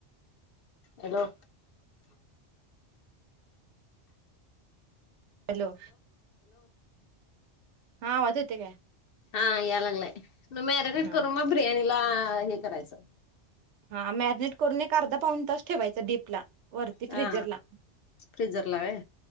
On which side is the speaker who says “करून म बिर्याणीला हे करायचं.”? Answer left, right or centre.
Left